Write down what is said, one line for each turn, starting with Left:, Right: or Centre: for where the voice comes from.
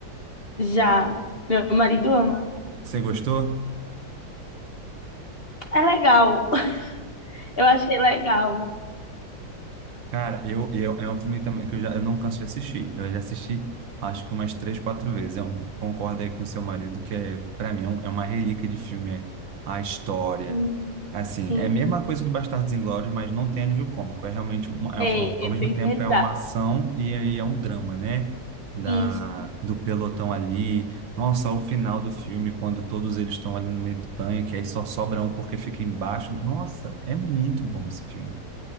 Left: Já, meu marido ama.
Right: Você gostou?
Left: É legal. <laughs> Eu achei legal.
Right: Cara, eu, eu, é um filme também que eu já eu não canso de assistir. Eu já assisti, acho que umas três, quatro vezes. Eu concordo aí com o seu marido, que é, para mim é, um- é uma relíquia de filme. É a história.
Left: Hum,
Right: Assim,
Left: Sim.
Right: é a mesma coisa que o Bastardos Inglórios, mas não tem alívio cômico. É realmente, uma- é
Left: É,
Right: um- ao
Left: é
Right: mesmo
Left: bem
Right: tempo,
Left: pesado.
Right: é uma ação e aí é um drama, né? Da,
Left: Isso.
Right: do pelotão ali. Nossa, o final do filme, quando todos eles estão ali no meio do tanque, aí só sobra um porque fica embaixo. do- Nossa, é muito bom esse filme.